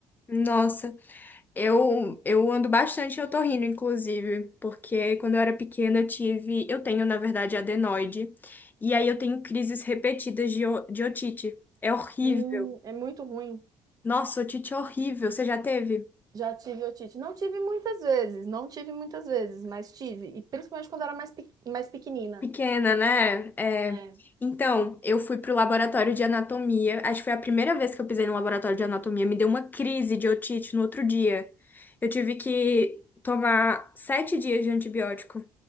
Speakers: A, on the left; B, on the right.
A: Nossa, eu eu ando bastante otorrino, inclusive, porque quando eu era pequena eu tive, eu tenho na verdade adenoide, e aí eu tenho crises repetidas de, o- de otite. É horrível.
B: Hum, é muito ruim.
A: Nossa, otite é horrível. Você já teve?
B: Já tive otite. Não tive muitas vezes, não tive muitas vezes, mas tive. E principalmente quando era mais, pe- mais pequenina.
A: Pequena, né? É.
B: É.
A: Então, eu fui pro laboratório de anatomia. Acho que foi a primeira vez que eu pisei no laboratório de anatomia. Me deu uma crise de otite no outro dia. Eu tive que tomar sete dias de antibiótico